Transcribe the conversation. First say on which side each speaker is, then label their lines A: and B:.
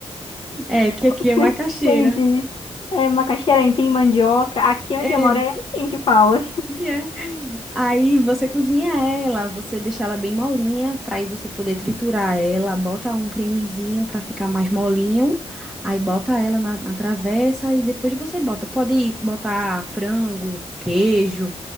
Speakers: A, in the centre; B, on the left.
A: É, que
B: <laughs>
A: aqui é macaxeira.
B: Entendi. É macaxeira, aipim, mandioca. Aqui
A: É.
B: onde eu moro é aipim que fala.
A: E é. Aí você cozinha ela, você deixa ela bem molinha, pra aí você poder triturar ela, bota um cremezinho pra ficar mais molinho, aí bota ela na, na travessa e depois você bota. Pode botar frango, queijo,